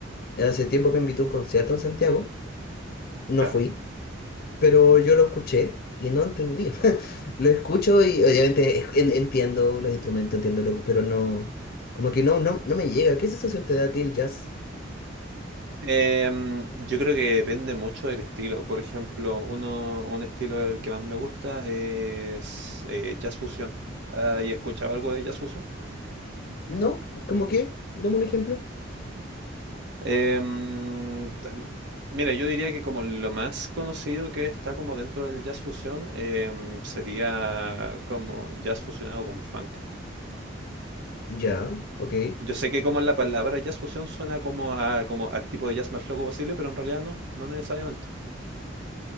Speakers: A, on the left; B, on the right.
A: Hace tiempo que me invitó a un concierto en Santiago. No
B: Ya.
A: fui, pero yo lo escuché y no entendía. <laughs> Lo escucho y obviamente es- en- entiendo los instrumentos, entiendo lo, pero no, como que no, no, no me llega. ¿Qué sensación te da a ti el jazz?
B: Em, yo creo que depende mucho del estilo. Por ejemplo, uno, un estilo del que más me gusta es eh, jazz fusión. ¿Has escuchado algo de jazz fusión?
A: No, como que, dame un ejemplo.
B: Em, tam- mira, yo diría que como lo más conocido que está como dentro del jazz fusión em, sería como jazz fusionado con funk.
A: Ya, ok.
B: Yo sé que como la palabra jazz fusión suena como a, como al tipo de jazz más loco posible, pero en realidad no, no necesariamente.